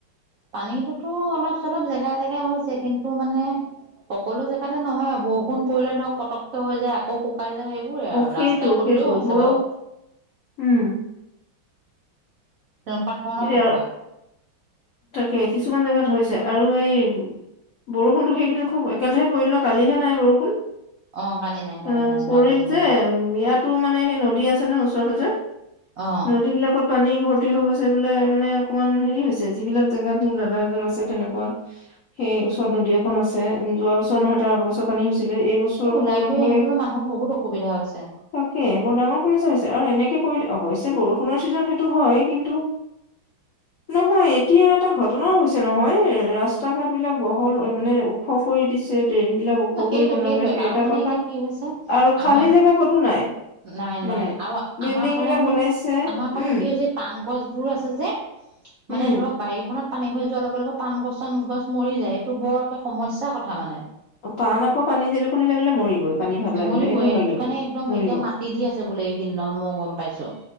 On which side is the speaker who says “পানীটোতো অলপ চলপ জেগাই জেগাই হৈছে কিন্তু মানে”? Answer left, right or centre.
Right